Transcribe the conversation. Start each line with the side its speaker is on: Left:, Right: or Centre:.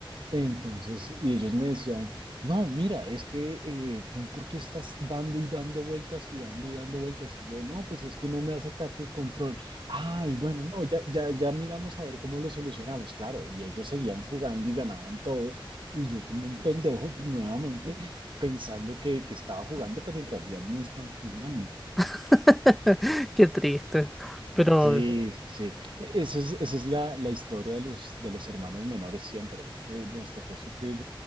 Right: entonces, y ellos me decían, no, mira, es que eh, tú, ¿por qué estás dando y dando vueltas y dando y dando vueltas? Y yo, no, pues es que no me hace caso el control. Ay, bueno, no, ya, ya, ya miramos a ver cómo lo solucionamos, claro. Y ellos seguían jugando y ganaban todo. Y yo, como un pendejo, nuevamente pensando que, que estaba jugando, pero en realidad no estaba jugando.
Centre: <laughs> Qué triste. Pero
Right: Sí, sí, sí. E- Esa es, esa es la, la historia de los, de los hermanos menores siempre. Eh, nos tocó sufrir